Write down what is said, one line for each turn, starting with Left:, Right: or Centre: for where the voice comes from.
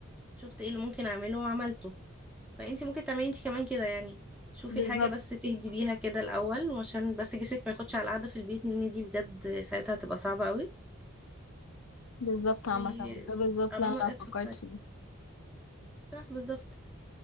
Centre: شفت ايه اللي ممكن اعمله وعملته فانت ممكن تعملي انت كمان كده يعني شوفي
Left: بالظبط
Centre: حاجة بس تهدي بيها كده الأول وعشان بس جسمك ما ياخدش على القعدة في البيت نيني دي بجد ساعتها هتبقى صعبة قوي
Left: بالظبط عامة
Centre: و
Left: ده بالظبط
Centre: قبل
Left: اللي
Centre: ما
Left: انا
Centre: تفكري
Left: فكرت فيه
Centre: صح بالظبط